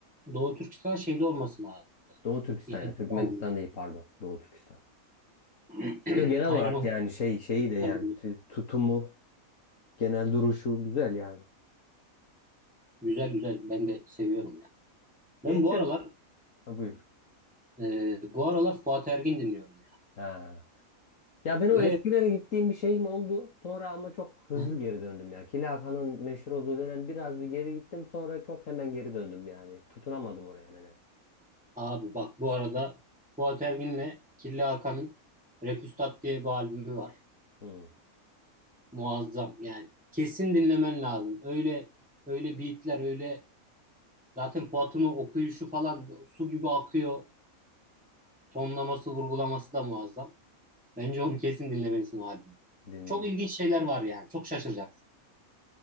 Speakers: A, in the centre; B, on the left (about 65°).
A: Doğu Türkistan şeyde olması lazım.
B: Doğu Türkistan
A: Bir
B: ya.
A: Hedef
B: Türkmenistan
A: albümü.
B: değil pardon. Doğu Türkistan.
A: <clears throat>
B: Yo, genel olarak
A: Aynen o Hedef
B: yani şey şeyi de yani
A: albümü.
B: tü- tutumu, genel duruşu güzel yani.
A: Güzel güzel ben de seviyorum ya.
B: <laughs>
A: Ben
B: Geçen.
A: bu aralar
B: Ha, buyur.
A: e, bu aralar Fuat Ergin dinliyorum ya.
B: Ha. Ya ben o
A: Ve
B: eskilere gittiğim bir şeyim oldu. Sonra ama çok hızlı
A: <laughs>
B: geri döndüm ya. Killa Hakan'ın meşhur olduğu dönem biraz bir geri gittim. Sonra çok hemen geri döndüm yani. Tutunamadım oraya nedense.
A: Abi bak bu arada Fuat Ergin'le Kirli Hakan'ın Repüstat diye bir albümü var.
B: Hmm,
A: Muazzam yani. Kesin dinlemen lazım. Öyle öyle beatler öyle zaten Fuat'ın o okuyuşu falan su gibi akıyor. Tonlaması, vurgulaması da muazzam. Bence onu kesin dinlemelisin o albümü.
B: dinleyeyim.
A: Çok ilginç şeyler var yani. Çok şaşıracaksın.